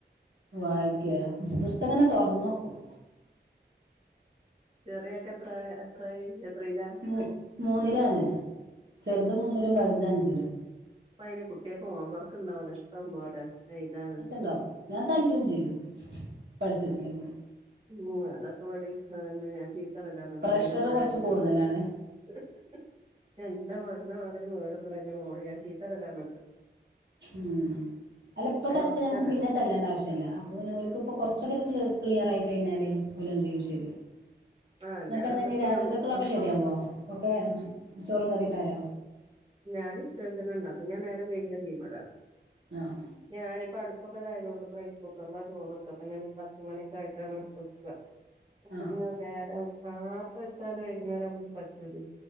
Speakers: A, on the right; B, on the right.
A: വായിക്കെ പുസ്തകങ്ങനെ തുറന്നക്കും
B: ചെറിയൊക്കെ എത്ര എത്രായി എത്രേ ല്ല
A: മൂ മൂന്നിലാണ് ചെറുത് മൂന്നിലും വലുത് അഞ്ചിലും
B: പ്പൊ അയിന് കുട്ട്യാക്ക് ഹോംവർക്കുണ്ടാവല്ലോ ഇഷ്ടം പോലെ എഴുതാനും
A: ഒക്കെ ഇണ്ടാവും ഞാൻ തല്ലും ചെയ്യും പഠിച്ചിട്ടില്ലെങ്കില്
B: ഉം അതൊക്കെ വടെ അതെന്നെ ഞാൻ ചീത്തറയ്ല്ല അതോണ്ട്
A: പ്രഷർ
B: അങ്ങനെ മഴ
A: കുറച്ച്
B: <unintelligible>
A: കൂടുതലാണ്
B: <unintelligible> മേടും ന്റെ മോള് ഞാൻ ചീത്തറയലാന്ന് പറഞ്ഞിട്ട്
A: ഉം അല്ല ഇപ്പ തച്ച
B: ഒച്ചടലാ
A: നമ്മക്ക് പിന്നെ തല്ലണ്ട ആവശ്യല്ല അപ്പൊന്നെക്ക് ഇപ്പൊ കൊറച്ചൊക്കെ ക്ലി ക്ലിയറായി കഴിഞ്ഞാൽ ഓലെന്തായാലും ശെരിആവും
B: ആഹ് അല്ലാതെപ്പ
A: നിങ്ങൾക്കെന്താഞ്ഞി
B: ഇപ്പത്തെ
A: രാത്രികൊക്കെള്ളതൊളൊക്കെ ശരിയാവോ ഒക്കെ ചോറും കറിക്കായോ
B: ഞാൻ ച്ചത്തേക്ക്ന് ണ്ടാക്കും ഞാൻ നേരം വൈക്യ തീമടാ
A: ആഹ്
B: ഞാനിപ്പ അടു ഇപ്പൊക്കെതായതോണ്ട് റൈസ് കുക്കറില ചോറ് വെക്ക അപ്പ ഞാനൊരു പത്ത് മണിയൊക്കായിട്ടാണ് വെക്ക <unintelligible>
A: ആഹ്
B: വെച്ചാല് വൈകുന്നേരാകുമ്പോക്ക് പറ്റൂലേ